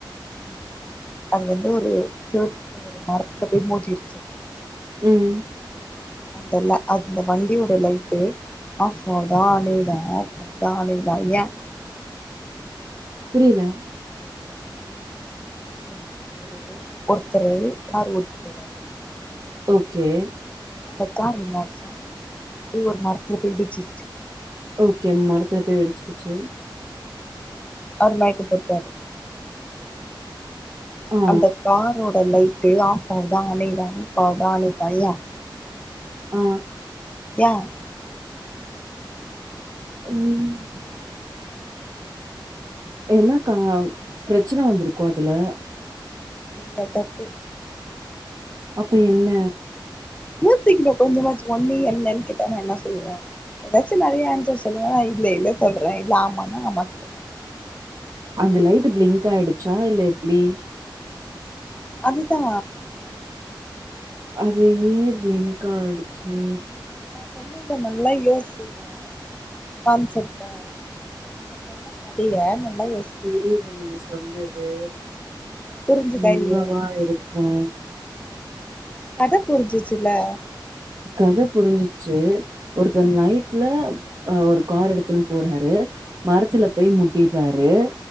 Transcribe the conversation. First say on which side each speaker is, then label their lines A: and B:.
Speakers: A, on the left (about 15°); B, on the right (about 40°).
A: ம் அது வந்து ஒரு சேவ் ஒரு மரத்துல போய் மோதிருச்சு
B: ம்
A: <unintelligible> அந்த வண்டியோட லைட்டு ஆஃப் ஆதா அணையுத ஆஃப் ஆதா அணையுத ஏன்
B: புரியல
A: ஒரு ஒரு ஒருத்தரு கார் ஓட்டு போறாரு
B: ஓகே
A: அந்த கார் என்னாச்ச போய் ஒரு மரத்துல போயி இடிச்சிருச்சு
B: ஓகே மரத்துல போய் வெடிச்சிருச்சு
A: அவர் மயக்கபோட்டாரு
B: ஆ
A: அந்த காரோட லைட்டு ஆஃப் ஆகுதா அணையுதா ஆஃப் ஆகுதான அணையுதா யா
B: ஆ
A: யா
B: ம் என்ன கா பிரச்சனை வந்துருக்கு அதுல
A: இல்ல தப்பு
B: அப்ப என்ன
A: யோசிக்கணு கொஞ்சமாச்சு ஓன்னே என்னன்னு கேட்டானா என்ன சொல்லுவ ஏதாச்சு நெறைய ஆன்சர் சொல்லுவ இல்ல இல்ல சொல்றே இல்ல ஆமானா ஆமா சொல்லுவே
B: அந்த லைட்டு பிளிங்க் ஆயிடுச்சா இல்ல எப்டி
A: அதுதா
B: அது ஏ பிளிங்க் ஆடுச்சு
A: நா சொன்னல்ல நல்லா யோசி அ கான்செப்ட நா சொன்ன கதயை நல்லா யோசி
B: புரியுது நீங்க சொன்னது
A: புரிஞ்சுதா
B: என்னவா
A: இல்லையா
B: இருக்கு
A: கத புரிஞ்சுச்சுல்ல
B: கத புரிஞ்சிச்சு ஒருத்தர் நைட்ல ஒரு கார் எடுத்துன்னு போறாரு மரத்துல போய் முட்டிறாரு